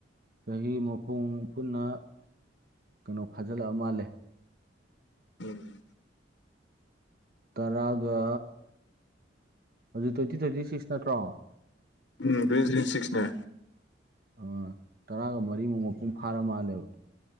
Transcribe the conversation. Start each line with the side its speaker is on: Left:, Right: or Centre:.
Right: ꯆꯍꯤꯃꯨꯛ ꯄꯨꯡ ꯄꯨꯟꯅ ꯀꯩꯅꯣ ꯐꯥꯖꯤꯜꯂꯛꯑ ꯃꯥꯜꯂꯦ
Left: ꯎꯝ
Right: ꯇꯔꯥꯒ ꯍꯧꯖꯤꯛ ꯇ꯭ꯋꯦꯟꯇꯤ ꯇ꯭ꯋꯦꯟꯇꯤ ꯁꯤꯛꯁ ꯅꯠꯇ꯭ꯔꯣ
Left: ꯎꯝ ꯇ꯭ꯋꯦꯟꯇꯤ ꯇ꯭ꯋꯦꯟꯇꯤ ꯁꯤꯛꯁꯅꯦ
Right: ꯑꯣ ꯇꯔꯥꯒ ꯃꯔꯤꯃꯨꯛ ꯃꯄꯨꯡ ꯐꯥꯔ ꯃꯥꯜꯂꯦꯕ